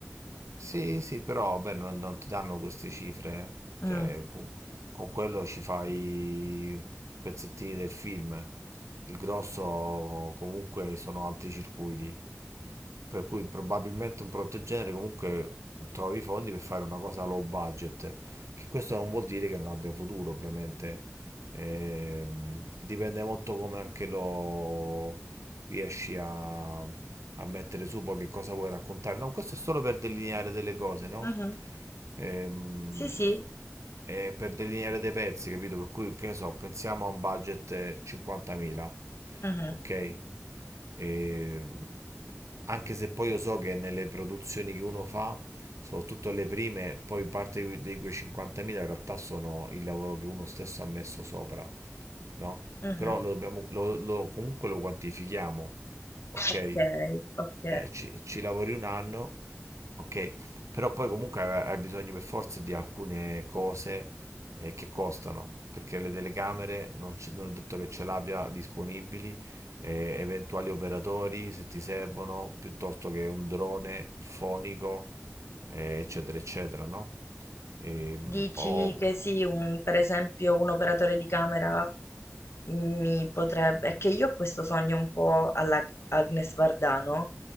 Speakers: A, on the right; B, on the left.
A: Sì, sì, però beh, non, non ti danno queste cifre. eh.
B: Mm,
A: Cioè, con- con quello ci fai pezzettini del film. Il grosso comunque sono altri circuiti. Per cui probabilmente un prodotto del genere comunque trovi i fondi per fare una cosa low budget. Che questo non vuol dire che non abbia futuro, ovviamente. Ehm, dipende molto come anche lo riesci a, a mettere su, poi che cosa vuoi raccontare. No, questo è solo per delineare delle cose, no?
B: mhm.
A: Ehm,
B: Sì, sì.
A: eh, per delineare dei pezzi, capito? Per cui, che ne so, pensiamo a un budget eh, 50.000,
B: mhm,
A: ok? E, anche se poi io so che nelle produzioni che uno fa, soprattutto le prime, poi parte di quei 50.000 in realtà sono il lavoro che uno stesso ha messo sopra, no?
B: mhm.
A: Però lo dobbiamo, lo- lo- comunque lo quantifichiamo, ok?
B: Ok, ok.
A: eh, ci, ci lavori un anno, ok, però poi comunque hai hai bisogno per forza di alcune cose eh, che costano, perché le telecamere non, ce- non è detto che ce l'abbia disponibili, eh, eventuali operatori se ti servono, piuttosto che un drone, il fonico, eh, eccetera, eccetera, no? Ehm,
B: Dici
A: o
B: che sì, un- per esempio un operatore di camera mi potrebbe... È che io ho questo sogno un po' alla Agnes Vardano,